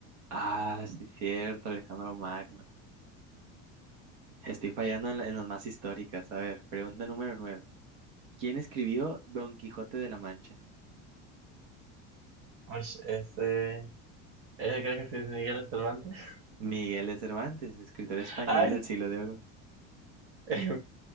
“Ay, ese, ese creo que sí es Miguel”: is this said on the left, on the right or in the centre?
Right